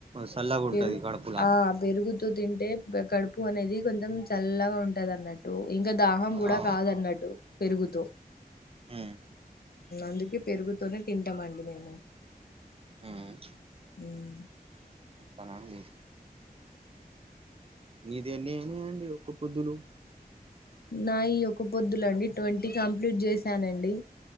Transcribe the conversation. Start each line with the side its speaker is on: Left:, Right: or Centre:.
Right: చల్లగా ఉంటది
Left: పెరుగు
Right: కడుపులా
Left: ఆ పెరుగుతో తింటే బె కడు పు అనేది కొంచెం చల్లగా ఉంటదన్న ట్టు ఇంకా దాహం కూడా
Right: ఆ
Left: కాదన్నట్టు పెరుగుతో
Right: ఉమ్
Left: అందుకే మ్మ్ పెరుగుతోనే తింటామండి మేము
Right: మ్మ్
Left: మ్మ్
Right: కనాంది మీది ఎన్ని ఉన్నయ అండి ఒక పొద్దులు
Left: నా ఈ ఒక పొద్దులండి ట్వంటీ కంప్లీట్ చేసానండి